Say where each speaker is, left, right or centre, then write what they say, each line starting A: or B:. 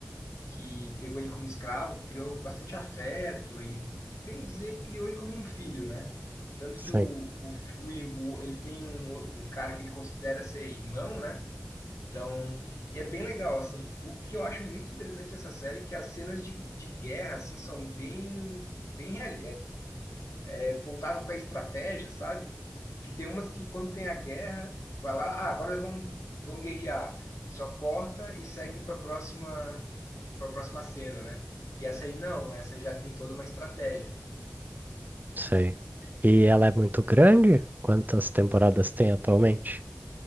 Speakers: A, on the left; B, on the right.
A: que pegou ele como escravo, criou bastante afeto e, bem dizer, criou ele como um filho, né? Tanto
B: Sim,
A: que o, o, fi- o- ele tem um, um cara que ele considera ser irmão, né? Então, e é bem legal, assim. O que eu acho muito interessante dessa série é que as cenas de, de guerra, assim, são bem, bem real, é, voltado com a estratégia, sabe? Que tem umas que quando tem a guerra, vai lá, ah, agora vamos, vamos guerrear. Só corta e segue para a próxima, para próxima cena, né? E essa aí não, essa já tem toda uma estratégia.
B: sei. E ela é muito grande? Quantas temporadas tem atualmente?